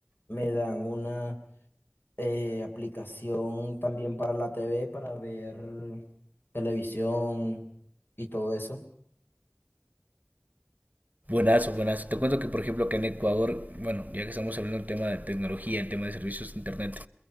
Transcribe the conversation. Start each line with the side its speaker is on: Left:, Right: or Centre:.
Left: me dan una... eh, aplicación también para la TV, para ver televisión y todo eso.
Right: Buenazo, buenazo. Te cuento que, por ejemplo, que en Ecuador, bueno, ya que estamos hablando del tema de tecnología, el tema de servicios de Internet,